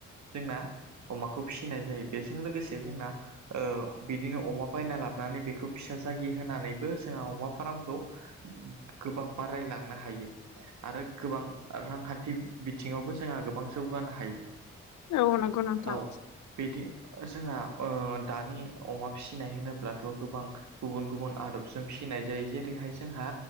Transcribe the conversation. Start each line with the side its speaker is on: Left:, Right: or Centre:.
Right: जोंना अमाखौ फिसिनाय जायो बेजों लोगोसे जोंना ओ बिदिनो अमा बायना लाबोनानै बेखौ फिसा जागि होनानैबो जोंहा अमा फार्मखौ गोबां बारायलांनो हायो आरो गोबां रांखान्थि बिथिङावबो जोंहा गोबां जौ गानो हायो
Left: औ नंगौ नोंथां
Right: औ बिदि जोंहा ओ दानि अमा फिसिनाय होनोब्लाथ' गोबां गुबुन गुबुन आदबजों फिसि नाय जेरैहाय जोंहा